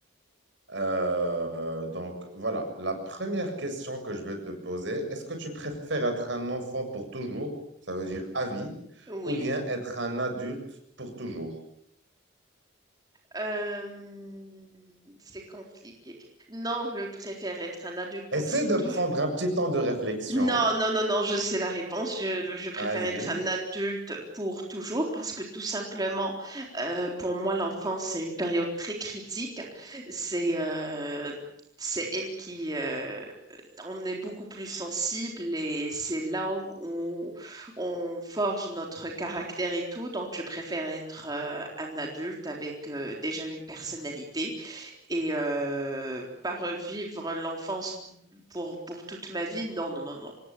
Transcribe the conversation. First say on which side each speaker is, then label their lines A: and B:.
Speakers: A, on the right; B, on the right.
A: Euh, euh, donc voilà, la première question que je vais te poser, est-ce que tu préfères être un enfant pour toujours, ça veut dire à vie,
B: oui.
A: ou bien être un adulte pour toujours?
B: Euh, c'est compliqué. Non, je préfère être un adulte pour
A: Essaie
B: ch-
A: de
B: tou-
A: prendre un petit temps de réflexion.
B: Non, non, non, non, je sais la réponse. Je, je préfère
A: Vas-y.
B: être un adulte pour toujours parce que tout simplement, euh, pour moi, l'enfance, c'est une période très critique. C'est euh, c'est elle qui... euh, on est beaucoup plus sensible et c'est là où où on forge notre caractère et tout. Donc, je préfère être euh, un adulte avec euh, déjà une personnalité. Et euh, pas revivre l'enfance pour, pour toute ma vie, non, non, non, non.